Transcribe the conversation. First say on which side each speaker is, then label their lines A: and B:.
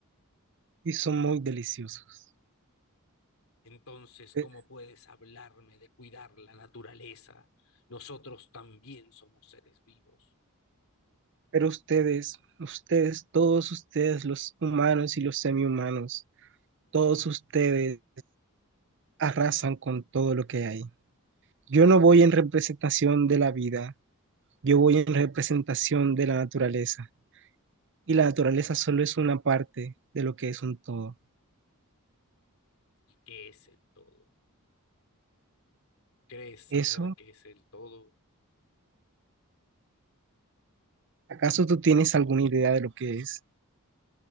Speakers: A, on the right; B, on the left.
A: y son muy deliciosos.
B: Entonces,
A: Pe-
B: ¿cómo puedes hablarme de cuidar la naturaleza? Nosotros también somos seres vivos.
A: Pero ustedes, ustedes, todos ustedes, los humanos y los semihumanos, todos ustedes arrasan con todo lo que hay. Yo no voy en representación de la vida, Yo voy en representación de la naturaleza y la naturaleza solo es una parte de lo que es un todo.
B: ¿Y qué es el todo? ¿Crees saber
A: ¿Eso?
B: qué es el todo?
A: ¿Acaso tú tienes alguna idea de lo que es?